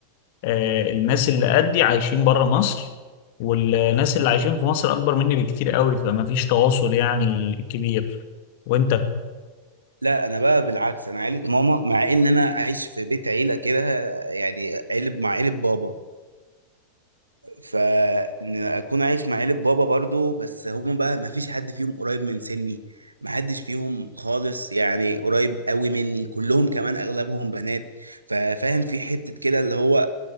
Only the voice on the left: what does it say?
آه، الناس اللي قدي عايشين بره مصر والناس اللي عايشين في مصر اكبر مني بكتير قوي فما فيش تواصل يعني كبير وانت